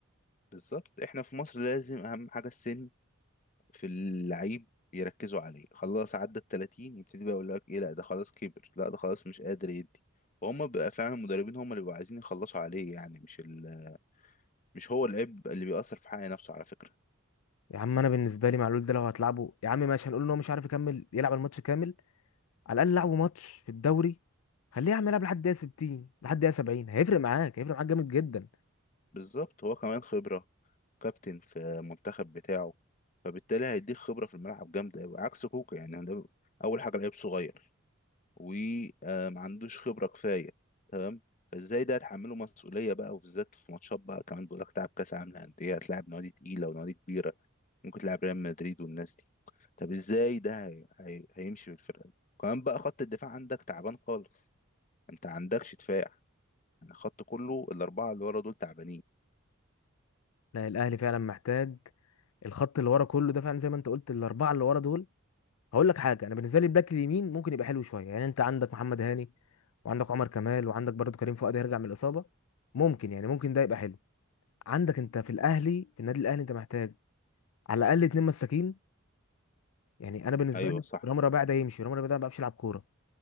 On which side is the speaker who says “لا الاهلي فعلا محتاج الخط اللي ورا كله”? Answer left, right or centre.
Left